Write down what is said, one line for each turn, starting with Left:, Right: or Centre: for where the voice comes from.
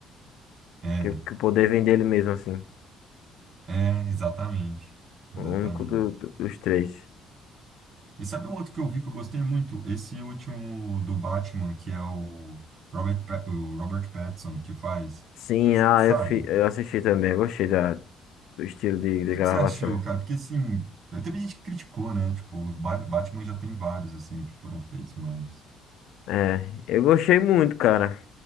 Right: É,
Left: que, que o poder vem dele mesmo, assim.
Right: é, exatamente. Exatamente.
Left: O único do- do- dos três.
Right: E sabe um outro que eu vi que eu gostei muito? Esse último do Batman, que é o Robert, Pa- o Robert Pattinson que faz,
Left: Sim,
Right: s-
Left: ah,
Right: sabe?
Left: eu, fi- eu assisti também. eu Gostei da, do estilo de, de
Right: que
Left: gravação.
Right: que você achou, cara? Porque assim, teve gente que criticou, né? Tipo, os Ba- Batman já tem vários assim que foram feitos, mas.
Left: É, eu gostei muito, cara.